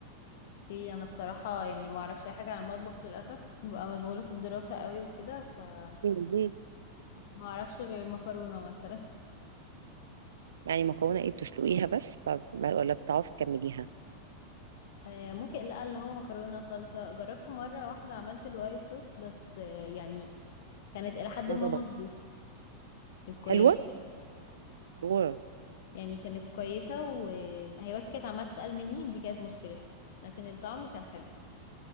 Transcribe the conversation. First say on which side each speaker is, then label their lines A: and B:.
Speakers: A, on the left (about 55°); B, on the right (about 65°).
A: ايه انا بصراحة يعني ما اعرفش اي حاجة عن المطبخ للأسف ببقى مشغولة في الدراسة قوي وكده فما
B: <laughs> ليه؟
A: اعرفش غير مكرونة مثلا
B: يعني مكرونة ايه بتسلقيها بس طب ولا بتعرفي تكمليها
A: <laughs> آه ممكن لا اللي هو مكرونة صلصة جربت مرة واحدة عملت الوايت صوص بس آه يعني كانت الى حد
B: ما
A: ما
B: ظبط
A: مظبوطة كانت كويسة
B: حلوة اوه
A: يعني كانت كويسة وهي بس كانت عمالة تتقل مني دي كانت مشكلتها لكن الطعم كان حلو